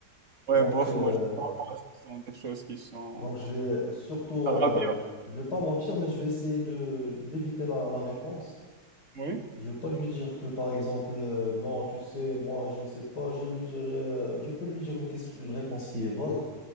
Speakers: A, on the right; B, on the left.
A: Ouais,
B: Donc,
A: bof,
B: euh,
A: moi, je pense que ce sont des choses qui sont...
B: Donc, je vais surtout,
A: Ah,
B: euh,
A: bien.
B: je je vais pas mentir, mais je vais essayer de d'éviter la, la réponse.
A: Oui,
B: Je vais pas lui dire que, par exemple, euh, non, tu sais, moi, je ne sais pas. Je lui dirai, euh, je peux lui dire une question, une réponse qui est vague.